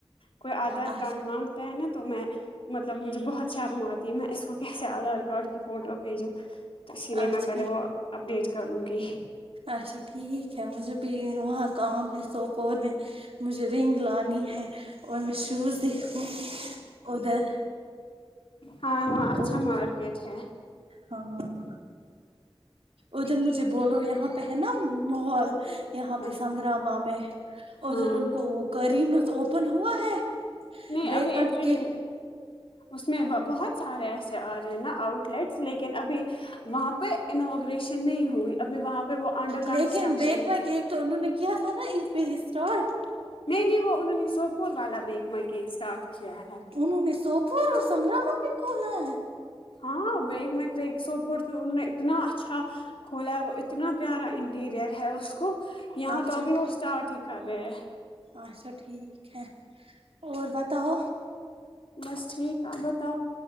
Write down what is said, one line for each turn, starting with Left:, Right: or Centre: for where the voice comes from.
Left: کوئی آدھار
Right: اچھا
Left: کارڈ مانگتا ہے نا تو میں مطلب مجھے بہت شرم آتی ہے میں اس کو کیسے آدھار کارڈ کی فوٹو بھیجو اسی لیے
Right: اچھا
Left: میں پہلے وہ اپڈیٹ کروں گی
Right: اچھا ٹھیک ہے مجھے بھی وہاں کام ہے سوپور میں مجھے رینگ لانی ہے اور میں شوز دکھوں ادھر
Left: ہاں وہاں اچھا
Right: اور
Left: مارکیٹ ہے
Right: ہاں ادھر مجھے بولو یہاں پہ ہے نا محول یہاں
Left: ہاں
Right: پہ سنگگراما میں ادھر
Left: ہاں
Right: ان کو وہ کریم اوپن ہوا ہے
Left: نہیں
Right: بیک
Left: ابھی
Right: مائی
Left: ایکچولی
Right: کے
Left: اس میں بہت سارے ایسے آ رہے ہیں نا آؤٹ لیٹس لیکن ابھی وہاں پہ انوگریشن نہیں ہوئی ابھی وہاں پہ وہ انڈر کنسٹرکشن
Right: لیکن بیک مائی
Left: ہے
Right: کیک تو انہوں نے کیا تھا نا عید پہ اسٹارٹ
Left: نہیں نہیں وہ انہوں نے سوپور والا بیکما کیک اسٹارٹ کیا ہے
Right: انہوں نے سوپور اور سنگگرراما بھی کھولا ہے
Left: ہاں بیگ مر سوپور تو ان اتنا اچھا کھولا ہے وہ اتنا پیارا انٹیریئر ہے اس کو یہاں
Right: اچھا
Left: تو ابھی
Right: ٹھیک
Left: وہ اسٹارٹ ہی کر رہے ہیں
Right: اچھا ٹھیک ہے اور بتاؤ
Left: بس ٹھیک آپ بتاؤ